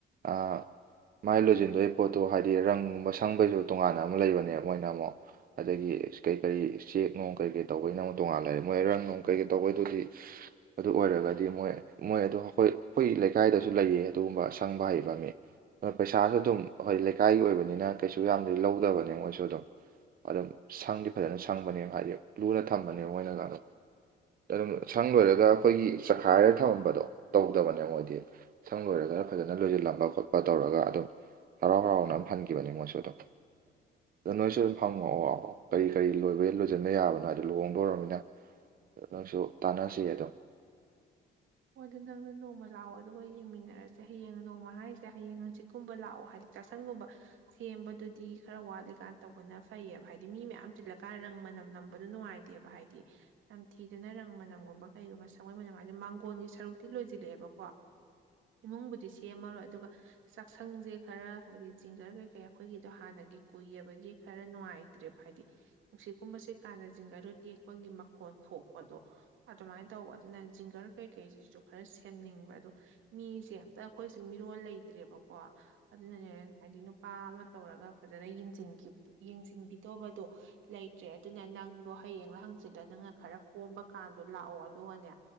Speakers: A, on the right; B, on the right.
A: ꯑꯥ ꯃꯥꯏ ꯂꯣꯏꯁꯤꯟꯗꯣꯏ ꯄꯣꯠꯇꯨ ꯍꯥꯏꯗꯤ ꯔꯪꯒꯨꯝꯕ ꯁꯪꯕꯩꯁꯨ ꯇꯣꯉꯥꯟꯅ ꯑꯃ ꯂꯩꯕꯅꯦꯕ ꯃꯣꯏꯅ ꯑꯃꯨꯛ ꯑꯗꯥꯒꯤ ꯏꯁ ꯀꯔꯤ ꯀꯔꯤ ꯆꯦꯛ ꯅꯨꯡ ꯀꯩꯀꯩ ꯇꯧꯕꯩꯅꯣ ꯑꯃꯨꯛ ꯇꯣꯉꯥꯟꯅ ꯂꯩꯔꯦ ꯃꯣꯏ ꯔꯪ ꯅꯨꯡ ꯀꯩꯀꯩ ꯇꯧꯕꯩꯗꯨꯗꯤ ꯑꯗꯨ ꯑꯣꯏꯔꯒꯗꯤ ꯃꯣꯏ ꯃꯣꯏ ꯑꯗꯨ ꯑꯩꯈꯣꯏ ꯑꯩꯈꯣꯏ ꯂꯩꯀꯥꯏꯗꯁꯨ ꯂꯩꯌꯦ ꯑꯗꯨꯒꯨꯝꯕ ꯁꯪꯕ ꯍꯩꯕ ꯃꯤ ꯑ ꯄꯩꯁꯥꯁꯨ ꯑꯗꯨꯝ ꯑꯩꯈꫭꯏ ꯂꯩꯀꯥꯏꯒꯤ ꯑꯣꯏꯕꯅꯤꯅ ꯀꯩꯁꯨ ꯌꯥꯝꯅ ꯂꯧꯗꯕꯅꯦ ꯃꯣꯏꯁꯨ ꯑꯗꯨꯝ ꯑꯗꯨꯝ ꯁꯪꯗꯤ ꯐꯖꯅ ꯁꯪꯕꯅꯦ ꯍꯥꯏꯗꯤ ꯂꯨꯅ ꯊꯝꯕꯅꯦ ꯃꯣꯏꯅ ꯀꯥꯗꯣ ꯑꯗꯨꯝ ꯁꯪ ꯂꯣꯏꯔꯒ ꯑꯩꯈꯣꯏꯒꯤ ꯆꯈꯥꯏꯔ ꯊꯝꯃꯝꯕꯗꯣ ꯇꯧꯗꯕꯅꯦ ꯃꯣꯏꯗꯤ ꯁꯪ ꯂꯣꯏꯔꯒ ꯐꯖꯅ ꯂꯣꯏꯁꯤꯜꯂꯝꯕ ꯈꯣꯠꯄ ꯇꯧꯔꯒ ꯑꯗꯨꯝ ꯍꯔꯥꯎ ꯍꯔꯥꯎꯅ ꯑꯝ ꯍꯟꯈꯤꯕꯅꯤ ꯃꯣꯏꯁꯨ ꯑꯗꯨꯝ ꯑꯗꯨ ꯅꯣꯏꯁꯨ ꯑꯗꯨꯝ ꯐꯪꯉꯛꯑꯣ ꯀꯔꯤ ꯀꯔꯤ ꯂꯣꯏꯕ ꯂꯣꯏꯁꯤꯟꯕ ꯌꯥꯕ ꯗꯥꯏꯗꫭ ꯂꯨꯍꯣꯡꯗꫭꯔꯕꯅꯤꯅ ꯅꯣꯏꯁꯨ ꯇꯥꯟꯅꯁꯤ ꯑꯗꯨꯝ
B: ꯍꯣꯏ ꯑꯗꯨ ꯅꯪꯅ ꯅꯣꯡꯃ ꯂꯥꯛꯑꯣ ꯑꯗꯨꯒ ꯌꯦꯡꯃꯤꯟꯅꯔꯁꯦ ꯍꯌꯦꯡ ꯅꯣꯡꯃ ꯍꯥꯏꯔꯤꯁꯦ ꯍꯌꯦꯡ ꯍꯥꯡꯆꯤꯠ ꯒꯨꯝꯕ ꯂꯥꯛꯑꯣ ꯍꯥꯏꯗꯤ ꯆꯥꯁꯪꯒꯨꯝꯕ ꯁꯦꯝꯕꯗꯨꯗꯤ ꯈꯔ ꯋꯥꯠꯂꯤꯀꯥꯟ ꯇꯧꯕꯅ ꯐꯩꯌꯦꯕ ꯍꯥꯏꯗꯤ ꯃꯤ ꯃꯌꯥꯝ ꯇꯤꯜꯂꯀꯥꯟ ꯔꯪ ꯃꯅꯝ ꯅꯝꯕꯗꯨ ꯅꯨꯡꯉꯥꯏ ꯇꯥꯞ ꯍꯥꯏꯗꯤ ꯅꯝꯊꯤꯗꯅ ꯔꯪ ꯃꯅꯝꯒꯨꯝꯕ ꯀꯩꯒꯨꯝꯕ ꯁꯪꯒꯣꯏ ꯃꯅꯝ ꯍꯥꯏꯁꯦ ꯃꯥꯡꯒꫭꯟ ꯒꫭꯟꯒꯤ ꯁꯔꯨꯛꯇꯤ ꯂꯣꯏꯁꯤꯜꯂꯛꯑꯦꯕꯀꯣ ꯏꯃꯨꯡꯕꯨꯗꯤ ꯁꯦꯝꯃꯔꯣꯏ ꯑꯗꯨꯒ ꯆꯥꯛꯁꯪꯁꯦ ꯈꯔ ꯍꯥꯏꯗꯤ ꯆꯤꯡꯖ꯭ꯔ ꯀꯩ ꯀꯩ ꯑꯩꯈꯣꯏꯒꯤꯗꯣ ꯍꯥꯟꯅꯒꯤ ꯀꯨꯏꯔꯕꯒꯤ ꯈꯔ ꯅꯨꯡꯉꯥꯏ ꯇ꯭ꯔꯥꯞ ꯍꯥꯏꯗꯤ ꯅꯨꯡꯁꯤꯠꯀꯨꯝꯕ ꯁꯤꯠ ꯀꯥꯟꯗ ꯖꯒꯔꯨ ꯇꯦꯛꯄꯒꯤ ꯃꯈꯣꯟ ꯊꯣꯛꯄꯗꯣ ꯑꯗꯨꯃꯥꯏ ꯇꯧꯕ ꯑꯗꯨꯅ ꯖꯤꯡꯒꯔ ꯀꯩꯀꯩꯁꯤꯁꯨ ꯈꯔ ꯁꯦꯝꯅꯤꯡꯕ ꯑꯗꯣ ꯃꯤꯁꯦ ꯑꯝꯇ ꯑꯩꯈꯣꯏꯁꯦ ꯃꯤꯔꯣꯜ ꯂꯩꯇ꯭ꯔꯦꯕꯀꯣ ꯑꯗꯨꯅꯅꯦ ꯍꯥꯏꯗꯤ ꯅꯨꯄꯥ ꯑꯃ ꯇꯧꯔꯒ ꯐꯖꯅ ꯌꯦꯡꯁꯤꯟꯈꯤꯕ ꯌꯦꯡꯁꯤꯟꯕꯤꯗꯧꯕꯗꯣ ꯂꯩꯇ꯭ꯔꯦ ꯑꯗꯨꯅ ꯅꯪꯗꯣ ꯍꯌꯦꯡ ꯂꯥ ꯍꯥꯡꯆꯤꯠ ꯂꯥ ꯅꯪꯅ ꯈꯔ ꯀꯣꯝꯕ ꯀꯥꯟꯗꯣ ꯂꯥꯛꯑꯣ ꯑꯗꯨꯒꯅꯦ